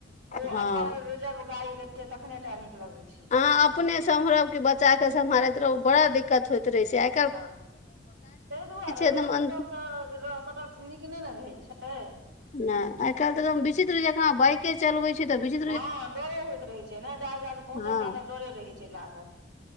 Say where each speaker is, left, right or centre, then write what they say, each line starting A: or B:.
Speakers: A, on the right; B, on the left.
A: ओ
B: हँ
A: अपन रिजर्व गाड़ी रहेै छै तखनेटा नीक लगेै।
B: आहाँ अपने सम्हरब कि बच्चा के सम्हारैत रहू बड़ा दिक्कत होयइत रहेै छै आय
A: हँ तैय दुआरे
B: एकदम
A: रोड सबसे सड़क नीक नेै ने रहै छै। एँ
B: नैय आय कैल्ह तऽ विचित्र जेंका बाइके चलबे छै तऽ विचित।
A: हँ डरो होइत रहै छै ने जाद जाद पहुँचब
B: हँ
A: तात डरे रहै छै लागल।